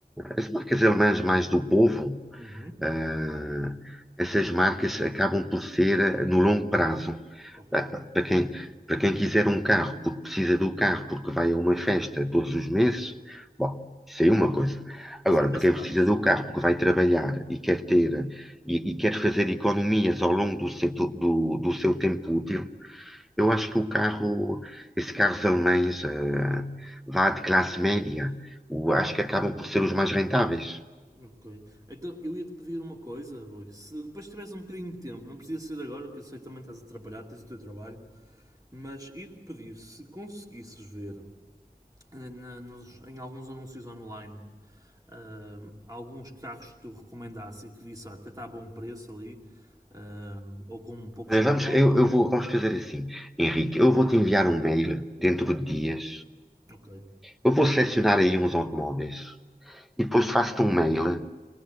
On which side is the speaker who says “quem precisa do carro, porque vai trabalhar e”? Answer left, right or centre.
Centre